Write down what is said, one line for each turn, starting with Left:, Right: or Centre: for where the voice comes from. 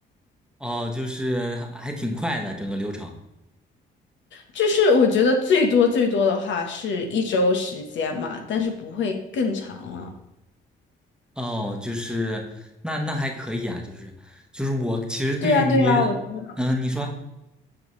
Centre: 哦，就是还还挺快的整个流程。
Left: 就是我觉得最多最多的话是一周时间嘛，但是不会更长了。
Centre: 哦，就是那那还可以啊，就是就是我其实对于，
Left: 对啊，对啊，我觉得，
Centre: 嗯，你说，